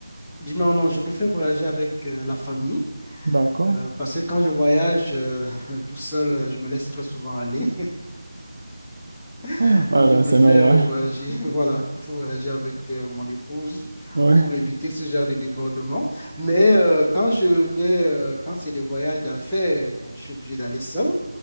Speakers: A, in the centre; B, on the right (about 65°).
A: Non, non, je préfère voyager avec euh, la famille
B: d'accord?
A: Euh, parce que quand je voyage euh, <laughs> tout seul, euh, je me laisse très souvent aller.
B: Ouais,
A: <laughs>
B: ben
A: Donc, je préfère
B: c'est normal,
A: euh, voyager, <laughs> voilà, je préfère voyager avec euh, mon épouse
B: <laughs> ouais,
A: pour éviter ce genre de débordement. Mais euh, quand je vais, euh, quand c'est des voyages d'affaires, bon, je suis obligé d'aller seul.